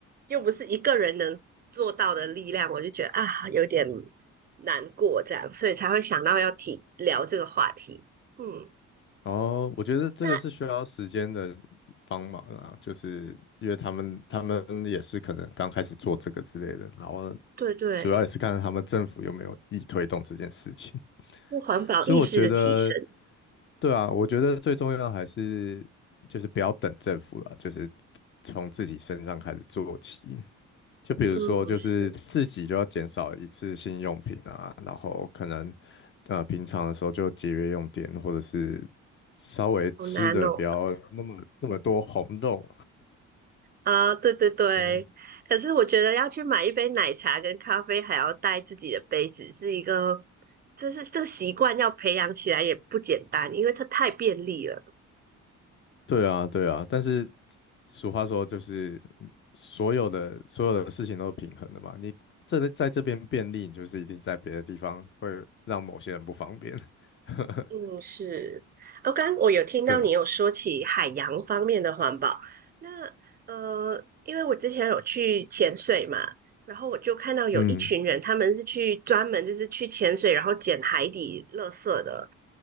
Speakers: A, on the right (about 30°); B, on the left (about 40°).
A: 又不是一个人能做到的力量，我就觉得啊有点难过这样，所以才会想到要提聊这个话题。嗯，
B: 哦，我觉得这个是需要时间的
A: 那
B: 帮忙啊，就是因为他们他们也是可能刚开始做这个之类的，然后
A: 对对，
B: 主要也是看他们政府有没有意推动这件事情。
A: 就环保意识的提升。
B: <laughs> 所以我觉得，对啊，我觉得最重要的还是就是不要等政府了，就是从自己身上开始做起。就比如说，
A: 嗯，
B: 就是自己就要减少一次性用品啊，
A: 是，
B: 然后可能呃平常的时候就节约用电，或者是稍微吃的不要那么那么多红肉。
A: 好难哦。啊，对对对，
B: 对
A: 可是我觉得要去买一杯奶茶跟咖啡，还要带自己的杯子，是一个，就是这个习惯要培养起来也不简单，因为它太便利了。
B: 对啊，对啊。但是俗话说，就是嗯所有的所有的事情都是平衡的嘛。你这在这边便利，你就是一定在别的地方会让某些人不方便。<laughs>
A: 嗯，是。哦，刚刚我有听到你有说起海洋方面的环保，
B: 对啊，
A: 那呃，因为我之前有去潜水嘛，然后我就看到有一群人，
B: 嗯，
A: 他们是去专门就是去潜水，然后捡海底垃圾的，